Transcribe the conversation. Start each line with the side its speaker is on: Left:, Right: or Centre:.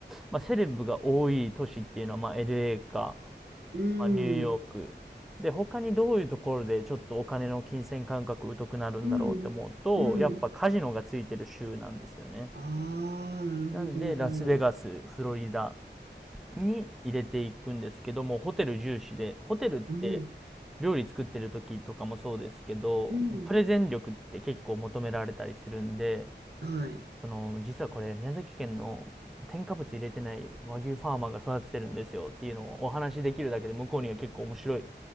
Centre: まあセレブが多い都市っていうのは、まあ LA か、
Right: うん。
Centre: まあニューヨーク。で、他にどういうところでちょっとお金の金銭感覚疎くなるんだろうって思うと、
Right: うん。うん。
Centre: やっぱカジノがついてる州なんですよね。
Right: うん。ああ、なるほど。
Centre: なんで、ラスベガス、フロリダ、に入れていくんですけども、ホテル重視で、ホテルって
Right: うん。
Centre: 料理作ってる時とかもそうですけど、
Right: うん。
Centre: プレゼン力って結構求められたりするんで、
Right: はい。
Centre: その、実はこれ宮崎県の添加物入れてない和牛ファーマーが育ててるんですよっていうのをお話しできるだけで向こうには結構面白い。